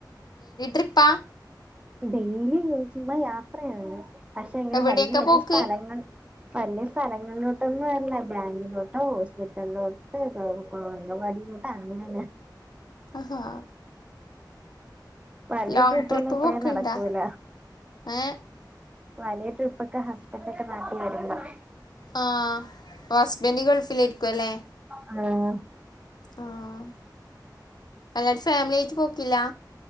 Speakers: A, on the left; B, on the right.
A: പ്പ
B: ഡെയിലി ചുമ്മാ യാത്രയാണ് പക്ഷെ ഇങ്ങനെ
A: എവിടെയൊക്കെ
B: വല്യ വല്യ
A: പോക്ക്
B: സ്ഥലങ്ങൾ വല്ല്യ സ്ഥലങ്ങളിലോട്ടൊന്നും അല്ല ബാങ്കിലോട്ടോ ഹോസ്പിറ്റൽലോട്ട് <unintelligible> അങ്കൻവാടി. <inaudible>
A: ആഹാ
B: വലിയ
A: ലോങ്
B: ട്രിപ്പൊന്നുപ്പഴേ
A: ട്രിപ്പ് പോക്ക്ണ്ടാ
B: നടക്കൂല.
A: ഏ
B: വലിയ ട്രിപ്പൊക്ക ഹസ്ബന്റൊക്ക നാട്ടീവരുമ്പം
A: ആഹ് പ ഹസ്ബന്റ് ഗൾഫിലായിരിക്കു അല്ലേ?
B: ആഹ്
A: ആഹ്. അല്ലാട് ഫാമില്യാട്ട് പോക്കില്ലാ?